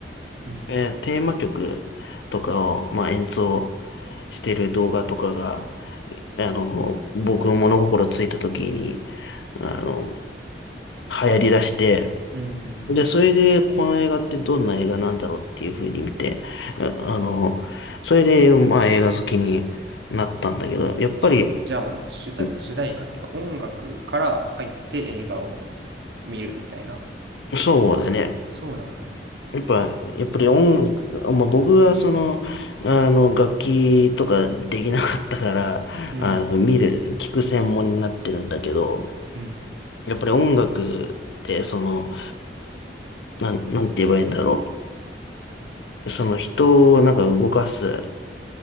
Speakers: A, on the right; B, on the left.
A: うん、
B: えーテーマ曲とかを、まあ、演奏してる動画とかが、あの、僕物心ついた時に、あの、流行り出して、
A: うん、うん、うん。
B: で、それで、この映画ってどんな映画なんだろうっていう風に見て、ああの、それで、まあ、映画好きになったんだけど、やっぱり、
A: あ、そうなんだ。じゃあもう主題、
B: うん
A: 主題歌っていうか音楽から入って映画を見るみたいな
B: そうだね。
A: 感じ。そうなんだ。
B: やっぱ、やっぱり音、まあ、僕はその、あの、楽器とかできなかったから、
A: うん。
B: あの、見る、聞く専門になってるんだけど、
A: うん。
B: やっぱり音楽って、その、なん、なんて言えばいいんだろう。その人をなんか動かす